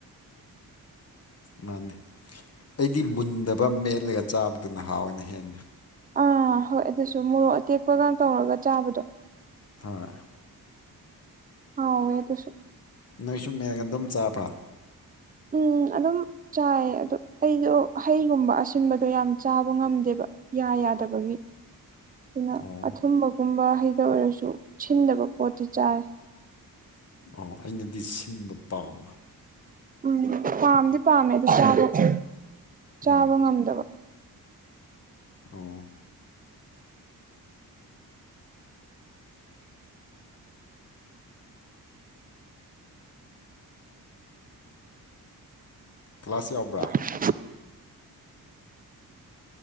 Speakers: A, on the left; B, on the right.
A: ꯃꯥꯅꯤ ꯑꯩꯗꯤ ꯃꯨꯟꯗꯕ ꯃꯦꯠꯂꯒ ꯆꯥꯕꯗꯨꯅ ꯍꯥꯑꯣꯏ ꯍꯥꯎꯋꯦꯅ ꯍꯦꯟꯅ
B: ꯑꯥ ꯍꯣꯏ ꯑꯗꯨꯁꯨ ꯃꯣꯔꯣꯛ ꯑꯇꯦꯛꯄꯒ ꯇꯧꯔꯒ ꯆꯥꯕꯗꯣ
A: ꯍꯣꯏ
B: ꯍꯥꯎꯏ ꯑꯗꯨꯁꯨ
A: ꯅꯣꯏꯁꯨ ꯃꯦꯜ ꯒꯗꯝ ꯆꯥꯕꯔꯥ
B: ꯎꯝ ꯑꯗꯨꯝ ꯆꯥꯏꯌꯦ ꯑꯗꯣ ꯑꯩꯗꯣ ꯍꯩꯒꯨꯝꯕ ꯑꯁꯤꯟꯕꯗꯣ ꯌꯥꯝ ꯆꯥꯕ ꯉꯝꯗꯦꯕ ꯌꯥ ꯌꯥꯗꯕꯒꯤ ꯅ
A: ꯑꯣ
B: ꯑꯊꯨꯝꯕꯒꯨꯝꯕ ꯍꯩꯗ ꯑꯣꯏꯔꯁꯨ ꯁꯤꯟꯗꯕ ꯄꯣꯠꯇꯤ ꯆꯥꯏ
A: ꯑꯣ ꯑꯩꯅꯗꯤ ꯁꯤꯟꯕ ꯄꯥꯝꯕ
B: ꯎꯝ ꯄꯥꯝꯗꯤ ꯄꯥꯝꯃꯦ ꯑꯗꯨ ꯆꯥꯕꯛꯁꯦ ꯆꯥꯕ
A: ꯎꯝ
B: ꯉꯝꯗꯕ
A: ꯑꯣ ꯀ꯭ꯂꯥꯁ ꯌꯥꯎꯕ꯭ꯔꯥ
B: <unintelligible>